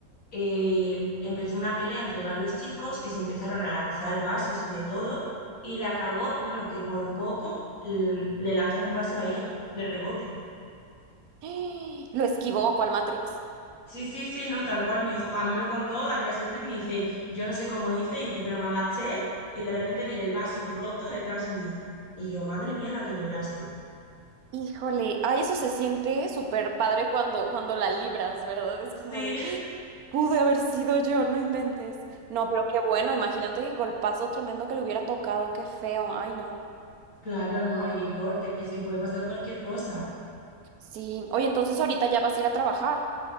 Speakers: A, on the left; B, on the right.
A: eh, empezó una pelea entre varios chicos que se empezaron a lanzar vasos y de todo, y le acabó, bueno, que por poco l- le lanzan un vaso a ella, de rebote.
B: <gasps> Lo esquivó, ¿cuál Matrix.
A: Sí, sí, sí, no, tal cual, mi hijo, a mí me lo contó al día siguiente y me dice, yo no sé cómo hice, y dice, pero me agaché y de repente vi el vaso roto detrás mío. Y yo, madre mía, la que libraste.
B: Híjole, ay, eso se siente súper padre cuando, cuando la libras, ¿verdad? Es como
A: Sí,
B: de,
A: <laughs>
B: <gasps> pude haber sido yo, no inventes. No, pero qué bueno, imagínate qué golpazo tremendo que le hubiera tocado, qué feo, ay, no.
A: claro, no, y corte, es que puede pasar cualquier cosa.
B: Sí, oye, entonces ahorita ya vas a ir a trabajar.